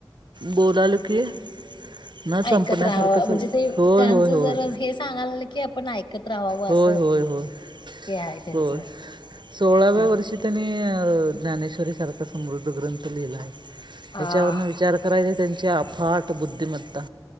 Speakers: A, on the right (about 60°); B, on the left (about 65°).
A: बोलालो की न
B: ऐकत
A: संपण्यासारखं
B: राहाव म्हणजे
A: सग
B: ते
A: होय
B: त्यांचं
A: होय होय
B: जर हे सांगायला की आपण ऐकत राहावं
A: होय,
B: असं
A: होय, होय,
B: हे आहे त्यांचं
A: होय सोळाव्या
B: अ
A: वर्षी नी ज्ञानेश्वरीं सारख समृद्ध ग्रंथ लिहिला त्याच्यावर
B: हा
A: विचार करायचे त्यांची अफाट बुद्धिमत्ता